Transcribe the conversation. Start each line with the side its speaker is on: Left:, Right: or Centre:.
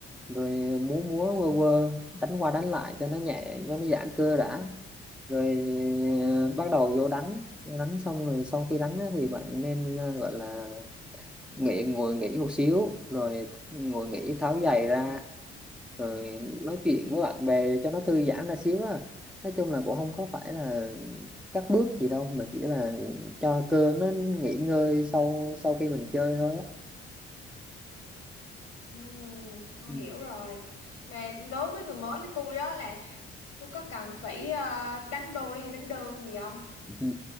Centre: rồi múa múa quơ quơ đánh qua đánh lại cho nó nhẹ cho nó giãn cơ đã rồi ờ, bắt đầu vô đánh đánh xong rồi sau khi đánh á thì bạn nên ờ, gọi là nghỉ ngồi nghỉ một xíu rồi ngồi nghỉ tháo giày ra rồi nói chuyện với bạn bè cho nó thư giãn ra xíu á nói chung là cũng không có phải là các bước gì đâu mà chỉ là cho cơ nó nghỉ ngơi sau sau khi mình chơi thôi á
Left: Ừ, tôi
Centre: Ừ.
Left: hiểu rồi. Mà đối với người mới như tôi á là tôi có cần phải ờ, đánh đôi hay đánh đơn gì không?
Centre: Ừ.